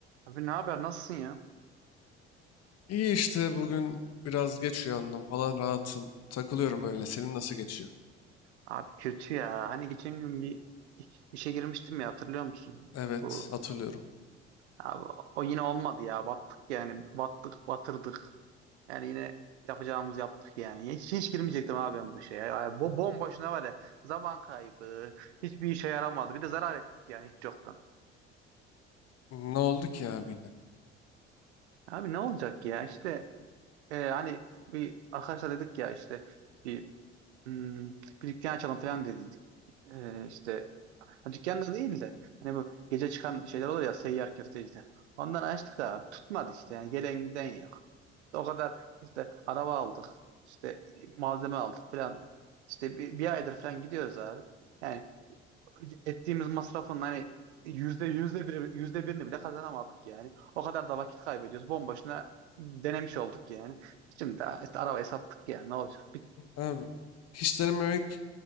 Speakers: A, on the right; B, on the left.
A: Abi ne haber? Nasılsın ya?
B: İyi işte bugün biraz geç uyandım falan rahatım. Takılıyorum öyle. Senin nasıl geçiyor?
A: Abi kötü ya. Hani geçen gün bir işe girmiştim ya hatırlıyor musun?
B: Evet
A: Bu
B: hatırlıyorum.
A: abi, o yine olmadı ya. Battık yani. Battık, batırdık. Yani yine yapacağımız yaptık yani. Hiç, hiç girmeyecektim abi ben bu işe. ya. Yani, bo bomboşuna var ya. Zaman kaybı. Hiçbir işe yaramadı. Bir de zarar ettik yani hiç yoktan.
B: Ne oldu ki abi yine?
A: Abi ne olacak ya? İşte e, hani bir arkadaşlar dedik ya işte bir Hmm, bir dükkan açalım falan dedik. Ee, işte ha, dükkan da değil de hani bu gece çıkan şeyler olur ya seyyar köfteciler. Ondan açtık abi. Tutmadı işte yani gelen giden yok. İşte o kadar işte araba aldık. işte malzeme aldık falan. İşte bir, bir aydır falan gidiyoruz abi. Yani ettiğimiz masrafın hani yüzde yüzde bir yüzde birini bile kazanamadık yani. O kadar da vakit kaybediyoruz. Bomboşuna denemiş olduk yani. Şimdi de işte arabayı sattık yani ne olacak?
B: Abi hiç denememek